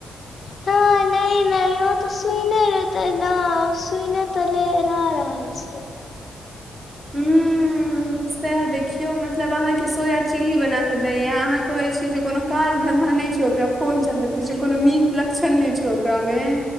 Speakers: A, on the left; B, on the right.
A: हं। नै नै ओ तऽ सुइने लेतै न सुने तऽले ल रहल छै।
B: हुं। सेह देखियो मतलब अहाँ के सोया चिल्ली बना क दैये आ अहाँ कहे छी जे कोनो काज धंधा नहि छै ओकरा फोन चलबैत रहै छै कोनो निक लक्षण नै छै ओकरा मे।